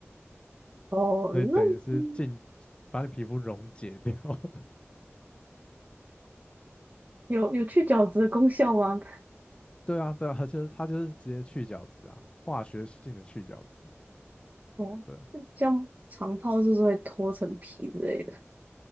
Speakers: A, on the right (about 40°); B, on the left (about 20°).
A: 哦，
B: 所以等于是进把你皮肤溶解掉。
A: 那嗯
B: <laughs>
A: 有有去角质的功效吗？
B: 对啊，对啊，它就是它就是直接去角质啊，化学性的去角质。
A: 哦，
B: 对，
A: 像长泡是不是会脱层皮之类的？